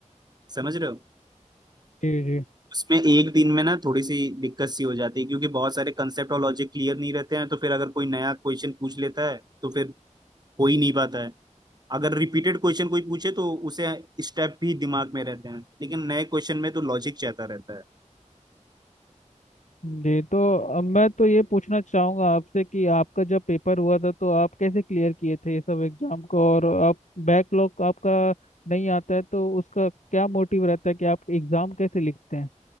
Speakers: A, on the right (about 30°); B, on the left (about 70°).
A: समझ रहे हो
B: जी जी
A: उसमें एक दिन में ना थोड़ी सी दिक्कत सी हो जाती है क्योंकि बहुत सारे कंसेप्ट और लॉजिक क्लियर नहीं रहते हैं तो फिर अगर कोई नया क्वेश्चन पूछ लेता है तो फिर हो ही नहीं पाता है अगर रिपीटेड क्वेश्चन कोई पूछे तो उसे स्टेप भी दिमाग में रहते हैं लेकिन नए क्वेश्चन में तो लॉजिक चाहता रहता है
B: जी तो अब मैं तो ये पूछना चाहूंगा आपसे कि आपका जब पेपर हुआ था तो आप कैसे क्लियर किए थे ये सब एग्जाम को और आप बैकलॉग आपका नहीं आता है तो उसका क्या मोटिव रहता है कि आप एग्जाम कैसे लिखते हैं